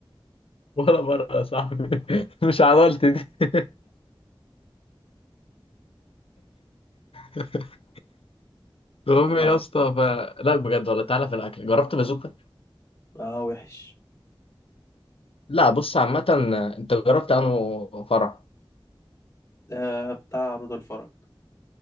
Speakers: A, on the left; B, on the left.
A: ولا مره يا صاحبي مش عضلتي دي <laughs> المهم
B: اه
A: يا اسطى ف... لا بجد والله تعالى في الاكل جربت بازوكا
B: اه وحش
A: لا بص عامة انت جربت انه فرع
B: آه بتاع عروض الفرج